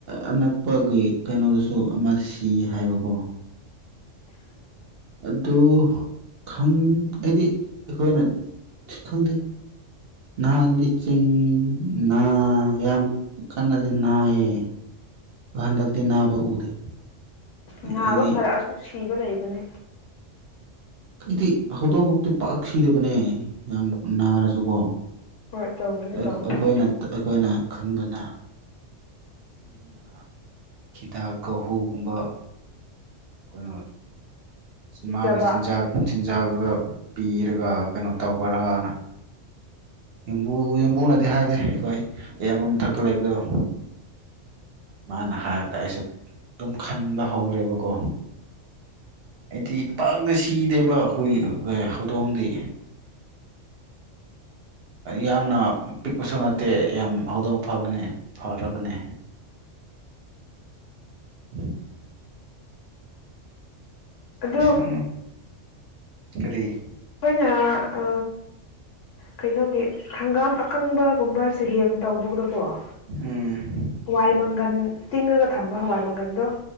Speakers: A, on the right; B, on the left.
A: ꯑꯅꯛꯄꯒꯤ ꯀꯩꯅꯣꯗꯁꯨ ꯑꯃ ꯁꯤ ꯍꯥꯏꯕꯀꯣ ꯑꯗꯨ ꯈꯪ ꯑꯩꯗꯤ ꯑꯩꯈꯣꯏꯅ ꯈꯪꯗꯦ ꯅꯍꯥꯟꯗꯤ ꯆꯤꯡ ꯅꯥ ꯌꯥꯝ ꯀꯟꯅꯗꯤ ꯅꯥꯏꯌꯦ ꯑꯗꯣ ꯍꯟꯗꯛꯇꯤ ꯅꯥꯕ ꯎꯗꯦ
B: ꯉꯥꯕ
A: ꯑꯩꯗꯤ
B: ꯐꯔꯛꯑꯁꯨ ꯁꯤꯕ ꯂꯩꯕꯅꯦ
A: ꯑꯩꯗꯤ ꯍꯧꯗꯣꯡꯒꯕꯗꯤ ꯄꯥꯛ ꯁꯤꯗꯕꯅꯦ ꯌꯥꯝ ꯅꯥꯔꯁꯨꯀꯣ
B: ꯍꯣꯏ ꯇꯧꯕꯅꯦ
A: ꯑꯩꯈꯣꯏꯅ
B: ꯇꯧꯕꯕꯨꯗꯤ
A: ꯑꯩꯈꯣꯏꯅ ꯈꯟꯕꯅ ꯃꯤꯅ ꯍꯤꯗꯥꯛ ꯍꯨꯒꯨꯝꯕ ꯀꯩꯅꯣ
B: ꯀꯤꯖꯕ
A: ꯃꯥꯒꯤ ꯆꯤꯟꯖꯥꯛ ꯆꯤꯟꯖꯥꯛꯇꯨꯗ ꯄꯤꯔꯒ ꯀꯩꯅꯣ ꯇꯧꯕ꯭ꯔꯅ ꯕꯨ ꯌꯦꯝꯕꯨꯅꯗꯤ ꯍꯥꯏꯗꯦ ꯑꯩꯈꯣꯏ ꯑꯌꯥꯝꯕ ꯃꯊꯛꯇ ꯂꯩꯕꯗꯣ ꯃꯥꯅ ꯍꯥꯏꯕꯗ ꯑꯩꯁꯨ ꯑꯗꯨꯝ ꯈꯟꯕ ꯍꯧꯔꯦꯕꯀꯣ ꯑꯩꯗꯤ ꯄꯥꯛꯗ ꯁꯤꯗꯦꯕ ꯑꯩꯈꯣꯏ ꯍꯧꯗꯣꯡꯗꯤ ꯌꯥꯝꯅ ꯄꯤꯛꯄꯁꯨ ꯅꯠꯇꯦ ꯌꯥꯝ ꯍꯧꯗꯣꯡ ꯐꯕꯅꯦ ꯐꯔꯕꯅꯦ
B: <unintelligible> <inaudible>
A: ꯎꯝ <unintelligible> <inaudible>
B: ꯑꯗꯨ
A: ꯑ ꯀꯔꯤ <unintelligible> <inaudible>
B: ꯑꯩꯈꯣꯏ ꯌꯥ ꯑ ꯀꯩꯅꯣꯒꯤ ꯍꯪꯒꯥꯝ ꯑꯀꯪꯕꯒꯨꯝꯕ ꯁꯤꯒꯦꯝ ꯇꯧꯕꯗ ꯑꯣ
A: ꯎꯝ
B: ꯍꯋꯥꯏ ꯃꯪꯒꯟ ꯇꯤꯡꯉꯒ ꯊꯝꯕ ꯍꯋꯥꯏ ꯃꯪꯒꯟꯗꯣ